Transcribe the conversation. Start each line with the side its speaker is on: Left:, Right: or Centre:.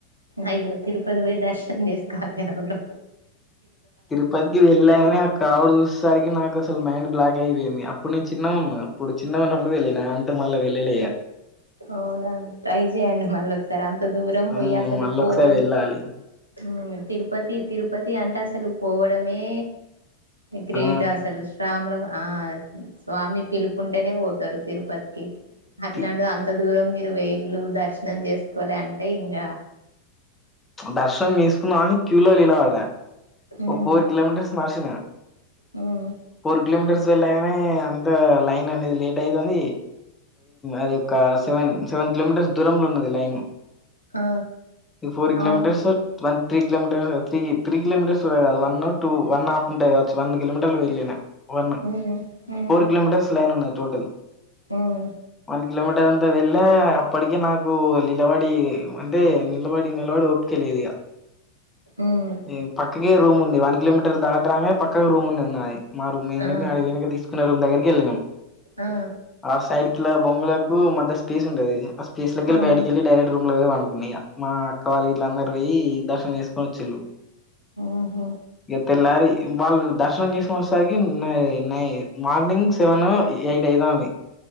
Right: అయ్యో తిరుపతి పోయి దర్శనం చేస్ కాల <unintelligible>
Left: తిరుపతికి వెళ్ళా కని ఆ కావుడు చూసేసరికి నాక సలు మైండ్ బ్లాక్ అయిపోయింది అప్పుడు నేను చిన్న గున్నా అప్పుడు చిన్నగున్నప్పుడు వెళ్లిన అంత మళ్ళ వెళ్ళలే ఇగ
Right: అవునా ట్రై చేయ్యండి మళ్ళ సర అం త దూరం
Left: హ్మ్
Right: పోయి అసలు
Left: మళ్ళొకసారి
Right: పోవడం
Left: వెళ్ళాలి
Right: ఉం తిరుపతి తిరుపతి అంటే అసలు పోవడమే గ్రేట్
Left: ఆ
Right: అసలు శ్రాముల ఆ స్వామి పిలుపుంటేనే పోతారు తిరుపతికి అట్లాంటిది
Left: తి-
Right: అం దురం మీరు పోయిల్లు దర్శనం చేసుకోలే అంటే ఇంగ
Left: దర్శనం చేసుకున్నాఅని క్యూలోలిల పడ్డ
Right: మ్మ్
Left: ఒ పోరు కిలో మీటర్స్ నరసిన
Right: ఉమ్
Left: ఫోర్ కిలోమీటర్స్ వెళ్ళగానే అంత లైన్ అనేది లేట్ అయితుంది అది ఒక సెవెన్ సెవెన్ కిలోమీటర్స్ దూరంలో ఉన్నది లైన్
Right: ఆ
Left: ఫోర్ కిలోమీటర్
Right: అవును
Left: స్ సార్ వన్ త్రీ కలోమీటర్స్ త్రీకి త్రీ కిలోమీటర్స్ కాదు అది వన్ ఒ టూ వన్ హఫ్ ఉంటది కావచు వన్ కిలోమీటర్ లు వెళ్ళిన వన్
Right: ఉమ్ ఉమ్
Left: ఫోర్ కిలోమీటర్స్ లైన్ ఉన్నాయి టోటల్
Right: ఉమ్
Left: వన్ కిలోమీటర్ అంతా వెళ్ళే అప్పటికే నాకు నిలవాడి అంటే నిలవాడి నిలవాడి ఒపిక లేదు
Right: ఉమ్
Left: ఇ పక్కకే రూమ్ ఉంది వన్ కిలోమీటర్ దాట్రానికి పక్కకు రూమ్ ఉన్నది నాది మా రూమ్ ఏంటే
Right: ఆ
Left: మేము అడిగక తీసుకునే రూమ్ దగ్గరకి వెళ్ళినాము
Right: ఆ
Left: ఆ సైడ్కిలా బొంగులకు మధ్య స్పేస్ ఉంటది ఆ స్పెస్ కిళ్
Right: అవును
Left: బయటకిళ్ళి డైరెక్ట్ రూమ్ లో వండుకున్నాయి మా అక్క వాళ్ళ ఇట్ల అన్నరు పోయి దర్శనం చేసుకొని వచ్చిళ్ళు
Right: ఉహు
Left: ఇక తెల్లారి వాళ్ళు దర్శనం చేసుకొని వస్ సరికి న నై మార్నింగ్ సెవెన్ ఎయిట్ అయితాంది